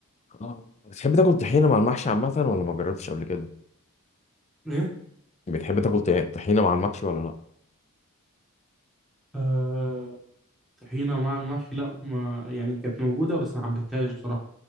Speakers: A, on the left; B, in the centre.
A: آه. بتحب تاكل طحينه مع المحشي عامه ولا ما جربتش قبل كده
B: ايه
A: بتحب تاكل طي- طحينه مع المحشي ولا لا
B: آه... طحينه مع المحشي لا ما يعني كانت موجوده بس ما حبيتهاش بصراحه